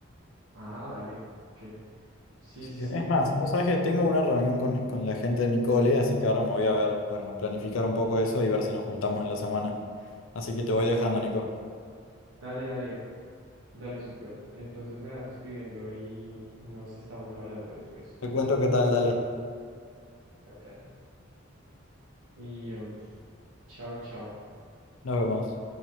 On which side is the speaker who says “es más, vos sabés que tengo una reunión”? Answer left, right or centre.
Left